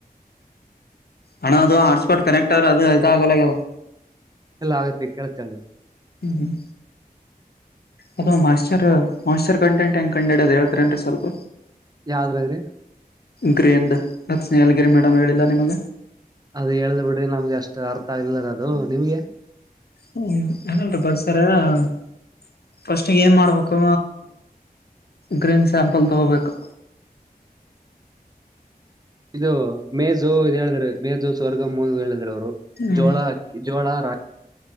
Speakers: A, on the left; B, on the right.
A: ಅಣ್ಣ ಅದು ಹಾಟ್ಸ್ಪಾಟ್ ಕನೆಕ್ಟ್ ಆದ್ರೆ ಅದು ಇದ್ ಆಗಲ್ಲಲ್ಲ ಅದು
B: ಎಲ್ಲ ಆಗತ್ತೆ ಕೇಳತ್ತೆ ಅಲ್ರಿ
A: ಹ್ಮ್ ಹ್ಮ್ ಅದು ಮೊಯ್ಸ್ಚರ್ ಮೊಯ್ಸ್ಚರ್ ಕಂಟೆಂಟ್ ಹೆಂಗ ಕಂಡು ಇಡಿಯೋದು ಹೇಳ್ತಾರನ್ರಿ ಸ್ವಲ್ಪ
B: ಯಾವ್ದ್ರಗ್ರಿ
A: ಗ್ರೇಂದ್ ಸ್ನೇಹ ಗಿರಿ ಮೇಡಮ್ ಹೇಳಿಲ್ಲ ನಿಮಗ
B: ಅದು ಹೇಳ್ದ್ ಬಿಡ್ರಿ ನಮ್ಗೆ ಅಷ್ಟು ಅರ್ಥ ಆಗಿಲ್ಲ ಅದು ನಿಮ್ಗೆ
A: ಹ್ಮ <unintelligible> ಫಸ್ಟ್ ಏನ್ ಮಾಡ್ಬೇಕು... ಗ್ರೀನ್ ಸ್ಯಾಂಪಲ್ ತಗೋಬೇಕು
B: ಇದು ಮೇಜು ಇದು ಹೇಳಿದ್ರೆ ಮೇಜು ಸ್ವರ್ಗಮ್ಮ ಹೇಳಿದ್ರ ಅವರು
A: ಹ್ಮ
B: ಜೋಳ ಅಕ್ಕಿ ಜೋಳ ರಾಗಿ